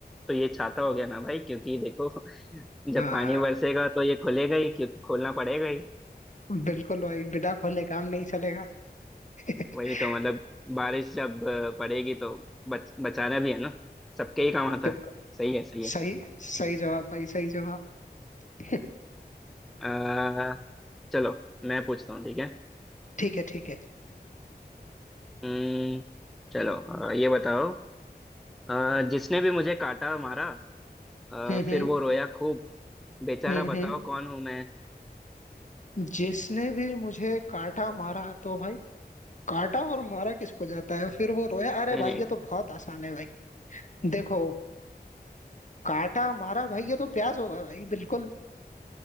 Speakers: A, in the centre; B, on the left.
A: तो ये छाता हो गया ना भाई क्योंकि देखो <laughs> जब
B: हाँ
A: पानी बरसेगा तो ये खुलेगा ही क्योंकि खोलना पड़ेगा ही
B: बिल्कुल भाई बिना खोले काम नहीं चलेगा <laughs>
A: वही तो मतलब बारिश जब अ, पड़ेगी तो बच, बचाना भी है ना सबके ही काम
B: बिल्कुल
A: आता है सही है सही है
B: सही सही जवाब भाई सही जवाब <laughs>
A: आ, चलो मैं पूछता हूँ ठीक है
B: ठीक है ठीक है
A: अम्म, चलो अ, ये बताओ अ, जिसने भी मुझे काटा मारा अ,
B: हम्म
A: फिर वो रोया खूब बेचारा
B: हम्म
A: बताओ
B: हम्म हम्म
A: कौन हूँ मैं
B: जिसने भी मुझे काटा मारा तो भाई काटा और मारा किसको जाता है फिर वो रोया अरे
A: नहीं
B: भाई
A: नहीं
B: ये तो बहुत आसान है भाई देखो काटा मारा भाई ये तो प्याज होगा भाई बिल्कुल